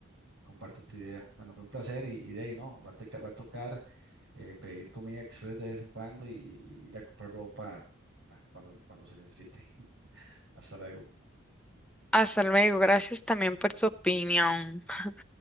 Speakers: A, on the right (about 75°); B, in the centre.
A: comparto tu idea. Bueno, fue un placer y, y de ahí no, va a, teca- va a tocar eh, pedir comida express de vez en cuando y, y ir a comprar ropa ah, cuando, cuando se necesite. <laughs> Hasta luego.
B: Hasta luego, gracias también por tu opinión. <laughs>